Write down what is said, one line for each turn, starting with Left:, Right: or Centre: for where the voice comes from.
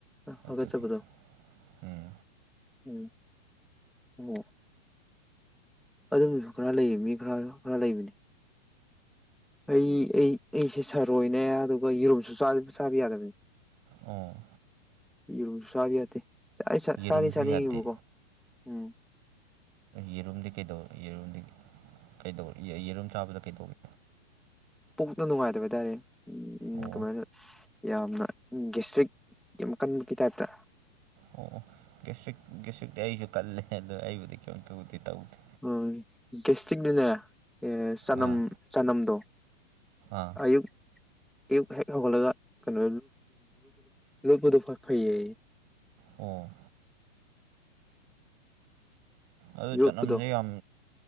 Centre: ꯍꯥꯒꯠꯆꯕꯗꯣ
Right: ꯑꯗꯨꯒꯤ ꯎꯝ
Centre: ꯎꯝ ꯑꯣ ꯑꯗꯨꯝꯁꯨ ꯈꯔ ꯂꯩꯌꯦ ꯃꯤ ꯈꯔ ꯈꯔ ꯂꯩꯕꯅꯤ ꯑꯩ ꯑꯩ ꯑꯩꯁꯦ ꯁꯔꯣꯏꯅꯦ ꯑꯗꯨꯒ ꯌꯦꯔꯨꯝꯁꯨ ꯆꯥꯕ ꯌꯥꯗꯕꯕꯤꯅꯤ
Right: ꯑꯣ
Centre: ꯌꯨ ꯆꯥꯒꯦ ꯌꯥꯗꯦ
Right: ꯌꯦꯔꯨꯝꯁꯨ
Centre: ꯆꯥꯗꯤ ꯆꯥꯅꯤꯡꯉꯤꯕꯀꯣ
Right: ꯌꯥꯗꯦ
Centre: ꯎꯝ
Right: ꯌꯦꯔꯨꯝꯗꯤ ꯀꯩꯗꯧ ꯌꯦꯔꯨꯝꯗꯤ ꯀꯩꯗꯧ ꯌꯦꯔꯨꯝ ꯆꯥꯕꯗ ꯀꯩꯗꯧꯏ
Centre: ꯄꯨꯛꯅ ꯅꯨꯡꯉꯥꯏꯇꯕ ꯍꯥꯏꯇꯥꯔꯦ ꯎꯪ
Right: ꯑꯣ
Centre: ꯀꯃꯥꯏꯅ ꯌꯥꯝꯅ ꯎꯝ ꯒꯦꯁꯇ꯭ꯔꯤꯛꯀꯤ ꯌꯥꯝ ꯀꯟꯕꯒꯤ ꯇꯥꯏꯞꯇ
Right: ꯑꯣ ꯑꯣ ꯚ꯭ꯌꯥꯁꯇ꯭ꯔꯤꯛ ꯚ꯭ꯌꯥꯁꯇ꯭ꯔꯤꯛꯇꯤ ꯑꯩꯁꯨ ꯀꯜꯂꯦ ꯑꯗꯣ ꯑꯩꯕꯨꯗꯤ ꯀꯩꯝꯇꯕꯨꯗꯤ ꯇꯧꯗꯦ
Centre: ꯎꯝ ꯒꯦꯁꯇꯤꯛ ꯅ ꯅꯦ ꯑꯦ ꯆꯅꯝ
Right: ꯑꯥ
Centre: ꯆꯅꯝꯗꯣ
Right: ꯑꯥ
Centre: ꯑꯌꯨꯛ ꯑꯌꯨ ꯍꯦꯛ ꯍꯧꯒꯠꯂꯒ ꯀꯩꯅꯣ ꯂꯨꯠꯄꯗꯣ ꯐꯩ ꯍꯥꯏ ꯌꯦ
Right: ꯑꯣ ꯑꯗꯨ
Centre: ꯌꯣꯠꯄꯗꯣ
Right: ꯆꯅꯝꯁꯦ ꯌꯥꯝ